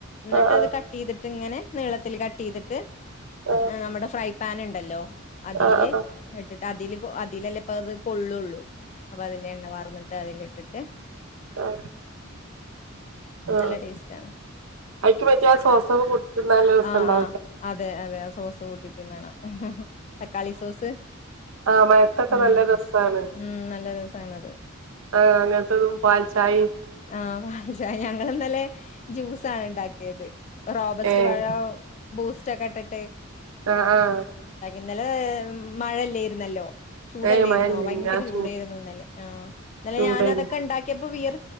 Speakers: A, on the left; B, on the right.
A: എന്നിട്ട്
B: ആഹ് ആഹ് ആഹ്
A: അത് കട്ട് ചെയ്തിട്ട് ഇങ്ങനെ നീളത്തിൽ കട്ട് ചെയ്തിട്ട്
B: ആഹ് ആഹ്
A: നമ്മുടെ ഫ്രൈ പൻ ഉണ്ടല്ലോ അതില്
B: ആഹ് ആഹ്
A: ഇട്ടിട്ട് അതില് അതിലല്ലേ ഇപ്പ അത് കൊള്ളുള്ളൂ അപ്പൊ അതില്ല എണ്ണ വർന്നട്ട് അതി ഇട്ടട്ട്
B: ആ ആ
A: നല്ല ടേസ്റ്റ് ആണ്
B: അയ്ക്ക് പറ്റിയ സോസ് കൂട്ടി തിന്ന നല്ല രസാവു
A: ആ ആ അതെ അതെ ആ സോസ് കൂട്ടി തിന്നണം ഇഹ് ഇഹ് തക്കാളി സോസ്
B: ആഹ മയത്തൊക്കെ
A: ഉം
B: നല്ല രസാണ്
A: ഉം നല്ല രസാണത്
B: ആ അങ്ങനത്തെതും പാൽച്ചായും
A: ആഹ് പാൽ ചായ ഞങ്ങ ഇന്നല്ലെ ജ്യൂസാണ് ഉണ്ടാക്കിയത് റോബർസ്റ്റ്
B: ഏഹ്
A: വാഴ ബൂസ്റ്റ കട്ടട്ട്
B: ആഹ ആഹ്
A: ഇന്നലെ മഴയല്ലേ ഇരുന്നല്ലോ ചൂടല്ലായിരുന്നോ
B: ഏഹ് മഴല്ലേനി
A: ഭയങ്കര
B: ആ
A: ചൂടായിരുന്നു
B: ചൂ
A: ഇന്നല്ലെ ആഹ ഇന്നലെ
B: ചൂടേനി
A: ഞാന അതൊക്കെ ഉണ്ടാക്കിയപ്പോ വിയർ